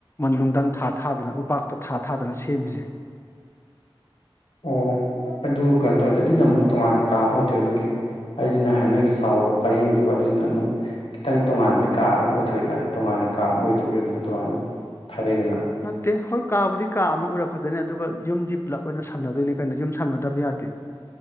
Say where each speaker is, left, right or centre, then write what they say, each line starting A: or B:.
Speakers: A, on the left; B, on the left.
A: ꯅꯨꯡꯙ ꯊꯥ ꯊꯥꯗꯅ ꯎꯄꯥꯛꯇ ꯊꯥ ꯊꯥꯗꯅ ꯁꯦꯝꯃꯤꯁꯦ
B: ꯑꯣ ꯑꯗꯨ ꯀꯩꯅꯣ ꯇꯧꯔꯗꯤ ꯑꯗꯨꯅ ꯑꯃꯨꯛ ꯇꯣꯉꯥꯟꯅ ꯀꯥ ꯑꯃ ꯑꯣꯏꯗ ꯅꯒꯤ ꯑꯩꯗꯤ ꯅꯍꯥꯟ ꯅꯣꯏꯒꯤ ꯁꯥꯎꯕ ꯄꯔꯦꯡꯗꯨꯒ ꯑꯗꯨꯏꯗꯨꯅ ꯑꯃꯨꯛ ꯈꯤꯇꯪ ꯇꯣꯉꯥꯟꯕꯩ ꯀꯥ ꯑꯃ ꯑꯣꯏꯊꯣꯛꯑꯦꯗꯅ ꯑꯗꯨ ꯇꯣꯉꯥꯟꯅ ꯀꯥ ꯑꯃ ꯑꯣꯏꯗꯣꯏꯕꯤꯔꯣ ꯑꯗꯨꯅ ꯇꯣꯉꯥꯟꯅ ꯑꯃꯨꯛ ꯊꯥꯗꯩꯗꯨꯅ
A: ꯅꯠꯇꯦ ꯍꯣꯏ ꯀꯥꯕꯨꯗꯤ ꯀꯥ ꯑꯃ ꯑꯣꯏꯔꯛꯀꯗꯣꯏꯅꯦ ꯑꯗꯨꯒ ꯌꯨꯝꯗꯤ ꯄꯨꯂꯞ ꯑꯣꯏꯅ ꯁꯝꯅꯗꯣꯏꯅꯤ ꯀꯩꯅꯣ ꯌꯨꯝ ꯁꯝꯅꯗꯕ ꯌꯥꯗꯦ